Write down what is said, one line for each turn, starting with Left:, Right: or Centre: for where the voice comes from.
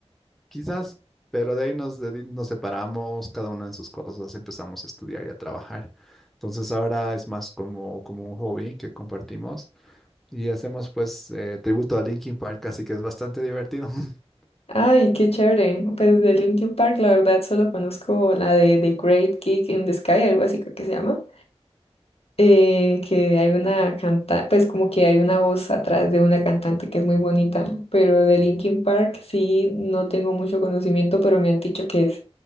Centre: quizás, pero de ahí nos, dedi- nos separamos, cada uno en sus cosas, empezamos a estudiar y a trabajar. Entonces ahora es más como, como un hobby que compartimos y hacemos pues eh, tributo a Linkin Park, así que es bastante divertido. <laughs>
Left: Ay, qué chévere. Pues de Linkin Park, la verdad, solo conozco la de The Great Kick in the Sky, algo así creo que se llama. Eh, que hay una cantante, pues como que hay una voz atrás de una cantante que es muy bonita. Pero de Linkin Park sí no tengo mucho conocimiento, pero me han dicho que es,